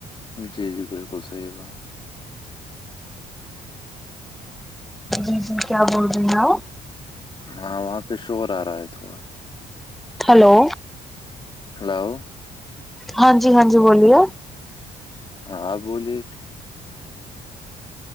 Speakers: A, on the left; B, in the centre.
A: جی جی بالکل صحیح با
B: جی جی کیا بول رہی ہیں آ
A: ہاں وہاں پہ شور آ رہا ہے تھوڑا
B: ہیلو
A: ہلو
B: ہاں جی ہاں جی بولیے
A: ہاں ہاں بولیے